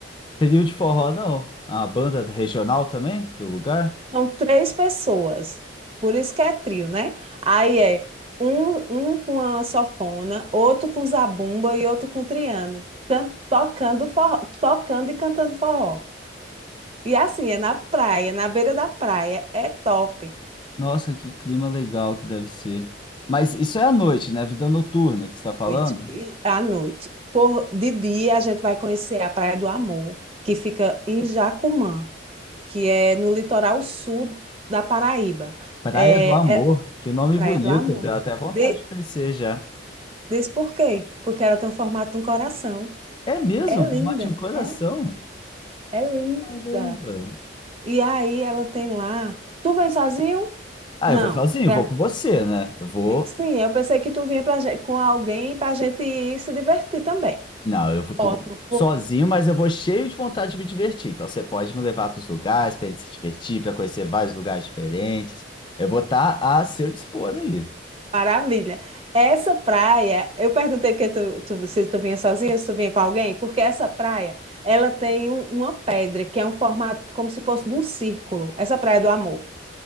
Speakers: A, on the left (about 25°); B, on the right (about 30°).
A: trio de forró, não? A banda regional também do lugar?
B: São três pessoas, por isso que é trio, né? Aí é um, um com a sanfona, outro com zabumba e outro com triângulo, tocando forró, tocando e cantando forró. E assim, é na praia, na beira da praia, é top.
A: Nossa, que clima legal que deve ser. Mas isso é à noite, né? Vida noturna que você está falando?
B: noite, e- à noite. Por, de dia, a gente vai conhecer a Praia do Amor, que fica em Jacumã, que é no litoral sul da Paraíba.
A: Praia
B: É,
A: do Amor,
B: é
A: que nome
B: Praia
A: bonito,
B: do Amor.
A: deu até vontade
B: De,
A: de conhecer já.
B: diz por quê? Porque ela tem o formato de um coração.
A: É mesmo?
B: É
A: vou
B: linda,
A: de um coração?
B: é, é linda.
A: Caramba.
B: E aí ela tem lá. Tu vem sozinho?
A: Ah,
B: Não.
A: eu vou sozinho,
B: Vem-
A: vou com você, né? Eu vou.
B: Sim, eu pensei que tu vinha pra gente, com alguém para a gente ir se divertir também.
A: Não, eu vou, tu-
B: Ótimo,
A: sozinho, mas eu vou cheio de vontade de me divertir. Então você pode me levar para os lugares para gente se divertir, para conhecer vários lugares diferentes. Eu vou estar a seu dispor aí.
B: Maravilha. Essa praia, eu perguntei que tu, tu- se tu vinha sozinha, se tu vinha com alguém, porque essa praia, ela tem um- uma pedra que é um formato como se fosse de um círculo. Essa praia do amor.